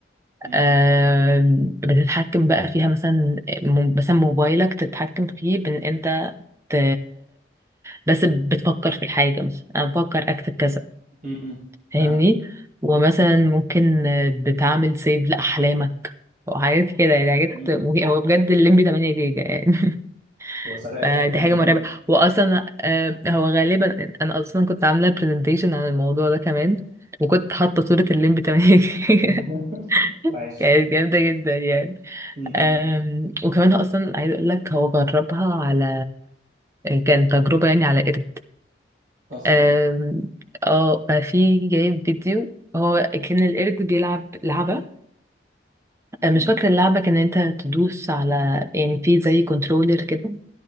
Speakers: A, on the right (about 50°); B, on the right (about 15°).
A: م-
B: آم، بتتحكم بقى فيها مثلا م- مثلا موبايلك تتحكم فيه بان انت ت... بس بتفكر في الحاجة مثلا انا بفكر اكتب كذا
A: م- م.
B: فاهمني
A: فاهم
B: ومثلا ممكن آه، بتعمل سيف لأحلامك وحاجات كده يعني حاجات
A: م-
B: مج-
A: م.
B: هو بجد الليمبي 8 جيجا يعني <laughs>
A: هو سرق الفكرة
B: فدي
A: مننا
B: حاجة مرعبة وأصلا آه، هو غالبا أنا أصلا كنت عاملة برزنتيشن عن الموضوع ده كمان وكنت حاطة صورة الليمبي 8 جيجا
A: <laughs>
B: <laughs>
A: وعاش
B: كانت جامدة جدا يعني
A: م-
B: آم،
A: م.
B: وكمان هو أصلا عايز أقول لك هو جربها على كان تجربة يعني على قرد
A: اصلا
B: آم، اه ففي جايب فيديو هو كان القرد بيلعب لعبة آه، مش
A: م-
B: فاكرة
A: م.
B: اللعبة كان انت تدوس على يعني في زي كنترولر كده